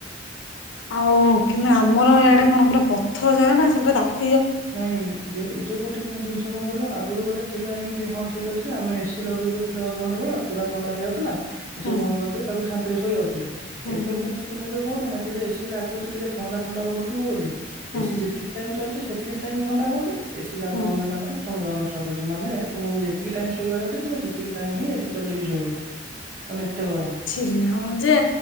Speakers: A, on the left; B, on the right.
A: ଆଉ, କିନ୍ତୁ ଆମର ଏଇଆଡ଼େ କଣ ପୂରା ପଥର ଜାଗା ନା ସେ ପୁରା ତାତ
B: ନାଇଁ ଏଠୁ ଗୋଟେ <unintelligible> ସେ କଣ କହିଲ ଆଗରୁ ଗୋଟେ ଥିଲା ଏମିତି ହଁ ଠିକ ଅଛି ଆମେ ଏସି ଲଗେଇ ଦଉଥିଲେ ଅଧଘଣ୍ଟ ଭଳିଆ ପୁରା ଥଣ୍ଡା ହେଇଯାଉଥିଲା। ଏସି
A: ହୁଁ
B: ବନ୍ଦ କରିଦେଇ, ତାପରେ ଶାନ୍ତିରେ ଶୋଇଯାଉଥିଲେ ଏବେ
A: ହୁଁ
B: କିନ୍ତୁ ତୁମେ ଯୋଉ କହୁନନା କିଯେ ଏସି ଲାଗୁଛି ଟିକେ ଥଣ୍ଡା ଥଣ୍ଡା ରହୁଥିବ ବୋଲି,
A: ହୁଁ
B: ଏସି ଯେତିକି ଟାଇମ ଚାଲୁଛି ସେତିକି ତିକି ଟାଇମ ଥଣ୍ଡା ହଉଛି ଏସି
A: ହୁଁ
B: ବନ୍ଦ ହେଲା ମାନେ ପୁଣି ଗରମ ଷ୍ଟାଟ ହଉଛି ମାନେ ତୁମକୁ ଯେତିକି ଟାଇମ୍ ଶୋଇବାର ଅଛି ତୁମେ ସେତିକି ଟାଇମ୍ ହିଁ, ଏସି ଚଲେଇକି ଶୋଇବ। ମାନେ ଏତେ ଗରମ।
A: ଝିଲି ହଁ ଯେ